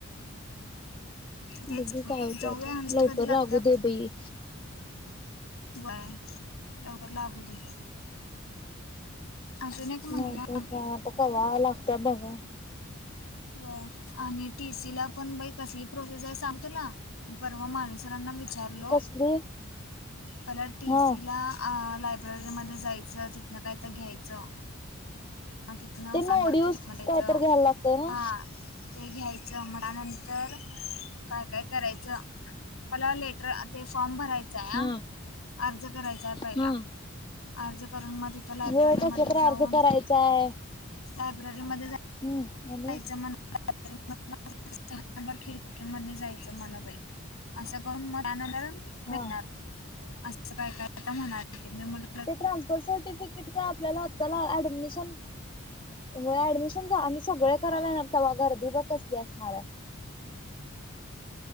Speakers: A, on the left; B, on the left.
A: तेच
B: बघू काय होतय
A: जाऊया
B: आता
A: लिस्ट
B: लवकर
A: कधी लागत्या
B: लागू दे बई.
A: व्हय लवकर लागू दे. अजून एक महिना
B: नाहीतर काय आता कवा लागतय बघा
A: व्हय आणि टी सी ला पण बाई कसली प्रोसेस आहे सांगू तुला परवा माने सरांना विचार हॅलो
B: कसली
A: मला टी
B: हा
A: सी ला आ लाय <unintelligible> मध्ये जायचं तिथन काय तर घ्यायचं. ह तिथन <unintelligible>
B: ते नोडीवूस
A: द्यायचं
B: काय तर घ्यायला लागतंय ना?
A: हा. ते घ्यायचं अ मनंतर काय काय करायचं मला लेटर ते फॉर्म भरायचां आहे
B: हा
A: ह अर्ज करायचा आहे पहिला.
B: हा.
A: अर्ज करून मग तिथं लायब्ररीमध्ये
B: होय कसला तर अर्ज
A: जाऊन
B: <unintelligible>
A: लायब्ररीमध्ये जाय
B: हम्म आ
A: जायचं म <unintelligible> सहा नंबर खिडकी मध्ये जायचं मन बाई. असं करून मग त्यानंतर भेटणार
B: हा.
A: असं काय काय आता म्हणालती मी म्हणलो
B: ते ट्रान्सफर सर्टिफिकेटच आपल्याला आताला ऍडमिशन व्हय ऍडमिशन झा आणि सगळे कराला येणार तवा गर्दी ब कसली असणार आहे.